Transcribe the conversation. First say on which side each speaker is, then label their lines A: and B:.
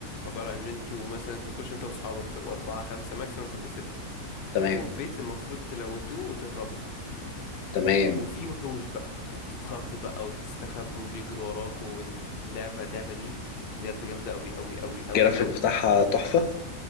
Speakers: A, on the left; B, on the left.
A: عبارة عن ان انتوا مثلا انت تخش انت واصحابك تبقوا أربعة خمسة ماكسيموم تبقوا ستة
B: تمام
A: تبقوا في بيت المفروض تلوتوه وتهربوا
B: تمام
A: وفي وحوش بقى وبتتخض بقى وبتستخبى وبيجروا وراك واللعبة اللعبة دي بجد جامدة أوي أوي أوي
B: الجرافيك
A: أوي أوي
B: بتاعها تحفة